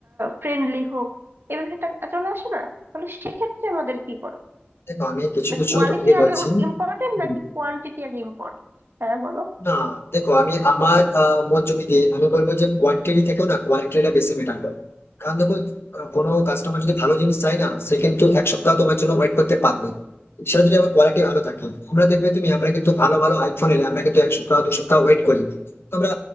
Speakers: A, on the right; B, on the left.
A: ফ্রেন্ডলি হোক এ ব্যাপারটা চলে আসে না তাহলে সেক্ষেত্রে আমাদের কি করবে
B: দেখো আমি কিছু
A: মানে
B: কিছু
A: কোয়ালিটি
B: তোমাকে বলছি
A: আগে ইম্পর্টেন্ট
B: হুম,
A: নাকি কোয়ান্টিটি আগে ইম্পর্টেন্ট হ্যাঁ বলো
B: না দেখো আমি আমার আহ, মত যদি দিই আমি বলবো যে কোয়ান্টিটি থেকেও না কোয়ালিটিটা বেশি ম্যাটার করে কারণ দেখো আহ, কোনো কাস্টমার যদি ভালো জিনিস চাই না সে কিন্তু এক সপ্তাহ তোমার জন্য ওয়েট করতে পারবে সেটা যদি আমার কোয়ালিটি ভালো থাকে আমরা দেখবে তুমি আমরা কিন্তু ভালো ভালো আইফোন এলে আমরা কিন্তু এক সপ্তাহ দু সপ্তাহ ওয়েট করি তো আমরা